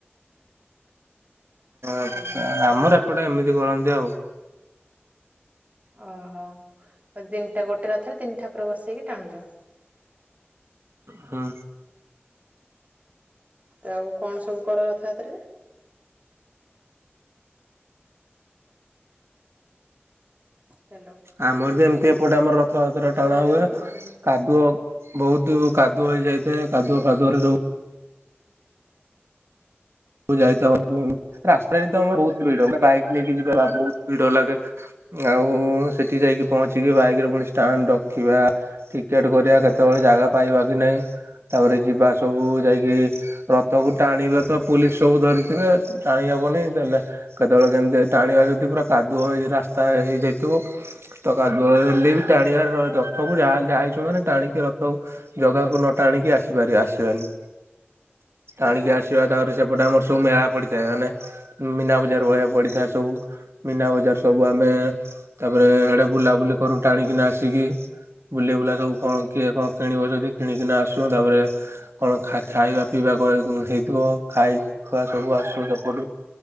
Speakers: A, on the right; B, on the right.
A: ଆଛା
B: ହେଲା
A: ଆମର ପଟେ ଏମିତି କରନ୍ତି ଆଉ
B: ଓହୋ ଦତିନିଟା ଗୋଟେ ର ଥରେ ତିନିଟା ଉପରେ ବସେଇକି ଟାଣୁଛ।
A: ହଁ।
B: ତ ଆଉ କଣ ସବୁ କର କଥା ଏଥିରେ ହ୍ୟାଲୋ
A: ଆମର ବି ଆମ ସେପଟେ ଆମ ଥାତରେ ଟାଣା
B: ଶୁଣା ଯାଉନି
A: ହୁଏ
B: କି ମତେ ହୁଁ
A: କାଦୁଅ ବହୁତ କାଦୁଅ ହେଇଯାଇଥାଏ କାଦୁଅ ଫାଦୁଅରେ ସବୁ ମୁଁ ଯାଇ ରାସ୍ତାରେ ତ ଆମେ ବହୁତ ଭିଡ ବାଇକ୍ ନେଇକି ଯିବା ବହୁତ ଭିଡ ଲାଗେ ଆଉ ହଁ ସେଠି ଯାଇକି ପହଞ୍ଚିକି ବାଇକରେ ପୁଣି ଷ୍ଟାଣ୍ଡ ରଖିବା ଟିକେଟ କରିବା କେତେବେଳେ ଜାଗା ପାଇବା କି ନାଇଁ ତାପରେ ଯିବା ସବୁ ଯାଇକି ରଥକୁ ଟାଣିଲେ ତ ପୁଲିସ ସବୁ ଧରିଥିବେ ଟାଣି ହେବନି ଦେଲେ କେତେବେଳେ କେମିତି ଟାଣିବା ଯଦି ପୁରା କାଦୁଅ ହେଇ ରାସ୍ତା ହେଇଯାଇଥିବ। ତ କାଦୁଅ ହେଲେ ବି ଟାଣିବାର ରଥକୁ ଯାହାହେଲେ ଆଇଛୁ ମାନେ ଟାଣିକି ରଥକୁ ଜଗାକୁ ନଟାଣିକି ଆସିପାରିବା ଆସିବାନି।
B: ହଁ
A: ଆଣିକି ଆସିବା ତାପରେ ସେପଟେ ଆମର ସବୁ ମେଳା ପଡିଥାଏ ମାନେ ମୀନା ବଜାର ଭଳିଆ ପଡିଥାଏ ସବୁ ମୀନା ବଜାର। ସବୁ ଆମେ ତାପରେ ସେଡେ ବୁଲାବୁଲି କରୁ ଟାଣିକିନା ଆସିକି ବୁଲି ବୁଲା ସବୁ କଣ କିଏ କଣ କିଣିବ ଯଦି କିଣିକିନା ଆସୁ ତାପରେ କଣ ଖାଇବା ପିଇବା ହେଇଥିବ ଖାଇ ଖୁଆ ସବୁ ଆସୁ ସେପଟୁ